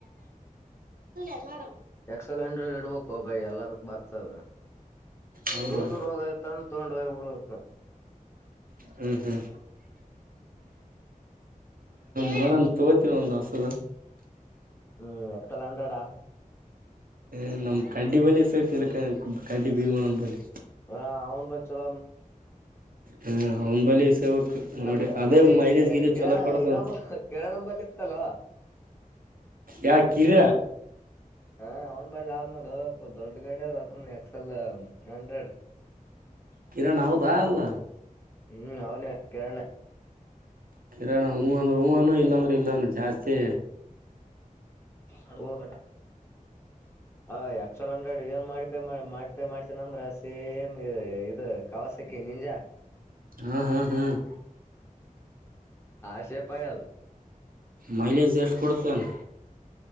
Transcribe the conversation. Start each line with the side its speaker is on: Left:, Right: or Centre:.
Right: ಎಲ್ಲ
Left: ಎಕ್ಸೆಲ್ ಅಂಡ್ರೆಡ್ ಇಡ್ಬೇಕ ಒಬಯಿ ಎಲ್ಲದಕ್ ಬರ್ತದ
Right: ಹೌದಾ
Left: ದೂರ್ ದೂರವಾಗ ತಂದು ತಗೊಂಡ ಹೋಗಿ ಉಡಬೇಕು
Right: ಹ್ಮ್ ಹ್ಮ್ ನೋಡ ತ ಎತ್ತನ ಬಂದು ವಸದ
Left: ಹ್ಮ್ ಎತ್ತಲ್ಲ ಅಟಡ
Right: ಹ ನಮ್ ಕಡ್ಡಿ ಬಲಿ ಸಹ ನಿಕ ಕಡ್ಡಿ ಭೀಮಣ್ಣನ್ ಬಲಿ
Left: ಹಾ ಅವನು ಬ ಚಲ
Right: ಹ್ಮ ಹಂದು ಬಿ ಸ ನೋಡಿ
Left: ನಮ್
Right: ಅದೇ
Left: ಇಲ್ಲಿ
Right: ಮೈಲೇಜ್ ಗಲ
Left: ಕಿರಣ
Right: ಚಲೋ ಕೊಡ್ತಂತ
Left: ಇನ್ನೊಬ್ಬ ಕಿರಣನ್ ಬಲ್ ಇತ್ತಲ್ವ
Right: ಯಾಕಿರ
Left: ಹ ಅವ್ನ್ ಬಳ್ಳಿ ಆದ್ ನೋಡು ದೊಡ್ ಗಡಿ ಅದ ಅದ ಎಕ್ಸೆಲ್ ಹಂಡ್ರೆಡ್
Right: ಕಿರಣ ಅವದು ಆಲ್ಲ
Left: ಹ್ಮ್ ಅವನು ಕಿರಣರಣ
Right: ಕಿರರಣಾಣ ಹೂವ ಅಂದ್ರೆ ಹೂವನುೂ ಇಲ್ಲಾಂದ್ರೆ ಇಲ್ಲಾನ ಜಾಸ್ತಿ
Left: ಅ ಹಬೇಡ ಹ ಎಕ್ಸಲ್ ಹಂಡ್ರೆಡ್ ಏನ್ ಮಾಡಿ ಪೇ ಮಾಡಪೇ ಮಾಡ್ತನಂದ್ರ ಸೇಮ್ ಇದು ಕವಾಸಕಿ ನಿಂಜಾ
Right: ಹ್ಮ್ ಹ್ಮ್ ಹ್ಮ್
Left: ಆ ಶೆ ಪಾಯದು
Right: ಮೈಲೇಜ್ ಎಷ್ಟು ಕೊಡ್ತೇನೆ